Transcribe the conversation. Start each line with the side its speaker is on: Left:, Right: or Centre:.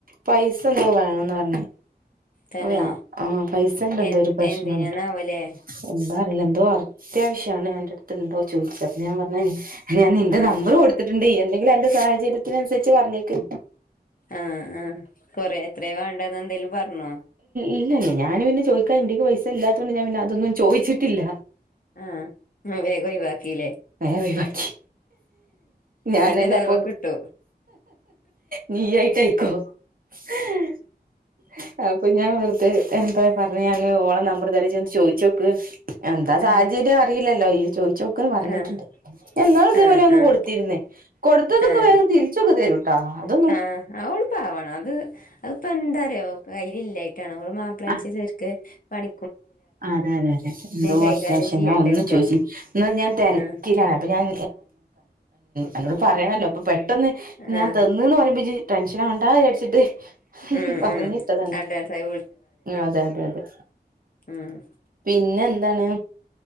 Right: പൈസ എന്തോ വേണം ന്ന് പറഞ്.
Left: തന്നെ
Right: ഒ യാ ആഹ് പൈസേന്റെ എന്തോ
Left: എ
Right: ഒരു പ്രശ്നണ്ട്.
Left: എന്തിനാന്നാവോലേ
Right: എന്താ അറിയൂല എന്തോ അത്യാവശ്യണ് അന്റെ അടുത്ത് ണ്ടോ ചോദിച്ചത് അപ്പ ഞാൻ പറഞ്. ഞാൻ നിന്റെ
Left: ആഹ്
Right: നമ്പർ കൊടുത്തിട്ടുണ്ട് എന്തെങ്കിലും അന്റെ സാഹചര്യത്തിനുസരിച്ച് പറഞ്ഞേക്ക്.
Left: ആഹ് ആഹ് കൊറെ എത്രയ വാണ്ടത് എന്തേലും പറഞ്ഞോ?
Right: ഇല്ലല്ല ഞാനൻ പിന്നെ ചോദിക്കാൻ എന്റെ ക്ക് പൈസ ഇല്ലാത്തത് കൊണ്ട് ഞാൻ പിന്നെ അതൊന്നും ചോദിച്ചിട്ടില്ല.
Left: ആഹ് വേഗം ഒയിവാക്കി ല്ലേ.
Right: വേ ഒയിവാക്കി. ഞനെന്നെ
Left: ഇന്റെ തലമക്കിട്ടു
Right: പോ നീ ആയിട്ടയിക്കോ. ഹേ. അപ്പൊ ഞാൻ വെറുതെ എന്താ പറഞ്ഞ ഞാന് ഓളെ നമ്പർ തരാ ഇജോന്ന് ചോയിച്ചോക്ക്. എന്താ സാഹചര്യം
Left: ആഹ്
Right: അറിയില്ലല്ലോ ഈയ് ചോയിചോക്ന്ന് പറഞ്ഞിട്ട്ണ്ട്.
Left: ആഹ്
Right: ഇന്നാൾ ഇതേ
Left: ആഹ്
Right: പോലെ ഒന്ന്
Left: ആഹ്
Right: കൊടുത്തിരുന് കൊടുത്തതൊക്കെ
Left: ആഹ്
Right: വേഗം തിരിച്ചൊക്കെ തരും. ട്ടോ അത്.
Left: ആഹ് ഓള് രു പ്പാവാണ് അത് അത് ഇപ്പ എന്താ പറയോ കൈ ഇല്ലായിട്ടാണ് ഓളെ മാപ്പിളേണങ്കി
Right: ആഹ്
Left: ചേരിക്ക് പണി
Right: അതെ അതെ അതെ എന്തോ
Left: കൈകാര്യം
Right: അത്യാവശ്യം
Left: ചെയ്യണ്ടേ
Right: എന്നും
Left: ഒക്കെ
Right: ചോയികും എന്ന ഞാൻ തെരക്കിലാണ്.
Left: ആഹ്
Right: അപ്പൊ ഞാൻ അന്നോട് പറയണല്ലോ അപ്പൊ പെട്ടെന്ന് ഞാൻ
Left: ആഹ്
Right: തി ഒന്ന് പറയുമ്പോ ടെൻഷനാവണ്ട വിചാരിച്ചിട്ട്.
Left: ഉം
Right: പറഞ്ഞിട്ടതാണ്
Left: ഉം അഡ്വാൻസായി
Right: അതെ അതെ അതെ.
Left: ആഹ്
Right: പിന്നെ എന്താണ്.